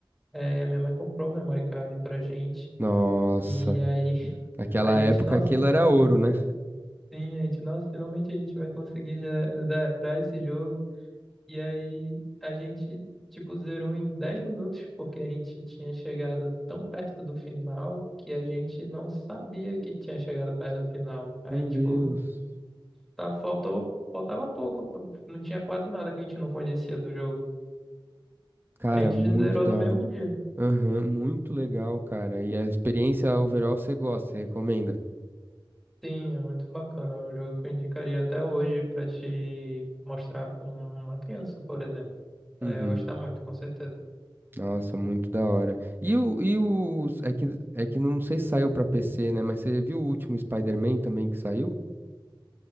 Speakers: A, in the centre; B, on the right (about 25°).
A: eh, minha mãe comprou o memory card pra gente.
B: Nossa,
A: E aí, <laughs>
B: naquela
A: a gente,
B: época
A: nossa,
B: aquilo era ouro, né?
A: sim, a gente, nossa, finalmente a gente vai conseguir ze- zerar esse jogo. E aí a gente, tipo, zerou em 10 minutos, porque a gente tinha chegado tão perto do final que a gente não sabia que tinha chegado perto do final. Aí,
B: Meu
A: tipo,
B: Deus.
A: tá, faltou, faltava pouco, p- não tinha quase nada que a gente não conhecia do jogo.
B: Cara,
A: A gente
B: muito
A: zerou
B: da
A: no mesmo
B: hora.
A: dia.
B: Aham, muito legal, cara. E a experiência overall você gosta, você recomenda?
A: Sim, é muito bacana. É um jogo que eu indicaria até hoje pra te mostrar pra uma criança, por exemplo. Ela
B: Uhum.
A: ia gostar muito, com certeza.
B: Nossa, muito da hora. E o, e os, é que, é que não sei se saiu pra PC, né? Mas você viu o último Spider-Man também que saiu?